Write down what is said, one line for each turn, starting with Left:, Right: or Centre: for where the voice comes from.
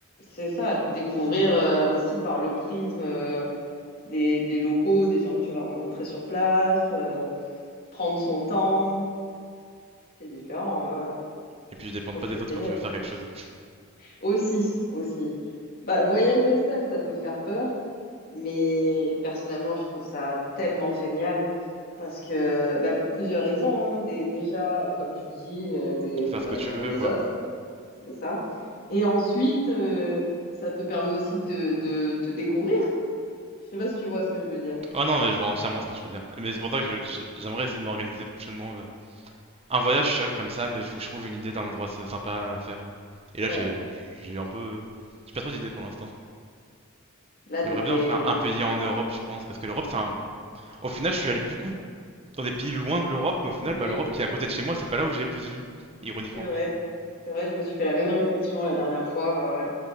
Left: C'est ça, découvrir euh, aussi par le prisme euh, des, des locaux, des gens que tu vas rencontrer sur place, euh, prendre son temps, c'est différent, ouais, ouais.
Right: Et puis, dépendre
Left: Oh,
Right: pas
Left: c'est
Right: des autres
Left: génial.
Right: quand tu veux faire quelque chose.
Left: Aussi, aussi. Bah, voyager seul, ça peut faire peur, mais personnellement, je trouve ça tellement génial parce que, bah, pour plusieurs raisons, hein. Dé- déjà, euh, comme tu dis, euh, t'es
Right: Tu peux faire
Left: t'es pas
Right: ce que
Left: dépendant
Right: tu veux,
Left: des
Right: quoi.
Left: autres, c'est ça. Et ensuite, euh, ça te permet aussi de te, de te découvrir. Je sais pas si tu vois ce que je veux dire.
Right: Oh non, mais je vois entièrement ce que tu veux dire. Mais c'est pour ça que je- je- j'aimerais essayer de m'organiser prochainement euh, un voyage seul comme ça, mais il faut que je trouve une idée d'un endroit s- sympa à faire. Et là,
Left: Ouais.
Right: j'ai j'ai eu un peu. J'ai pas trop d'idées pour l'instant.
Left: Là, t'as
Right: J'aimerais
Left: tes...
Right: bien faire un, un pays en Europe, je pense, parce que l'Europe, c'est un. Au final, je suis allé beaucoup dans des pays loin de l'Europe, mais au final,
Left: Oui,
Right: bah, l'Europe qui est à côté de chez moi, c'est pas là où j'ai le plus vu. Ironiquement.
Left: c'est vrai. C'est vrai, je me suis fait la même réflexion la dernière fois. euh, ouais.